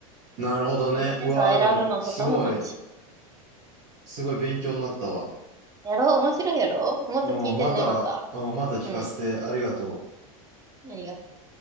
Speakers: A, on the right (about 50°); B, on the right (about 20°).
A: なるほどね。
B: うん。センサー選ぶのとかも楽しい。
A: うわー、でも、すごい、すごい勉強になったわ。
B: やろう、面白いやろうもっと聞いてね、
A: うん、また、
B: また。
A: うん、また聞かせてありがとう。
B: うん。ありがとう。